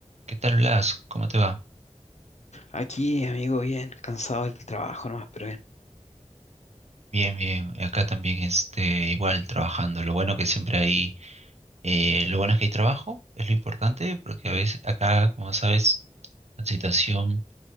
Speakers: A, on the right (about 60°); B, on the left (about 65°).
A: ¿Qué tal, Blas? ¿Cómo te va?
B: Aquí, amigo, bien, cansado del trabajo nomás, pero bien.
A: Bien, bien. Acá también, este, igual trabajando. Lo bueno que siempre hay, eh, lo bueno es que hay trabajo, es lo importante, porque a veces acá, como sabes, la situación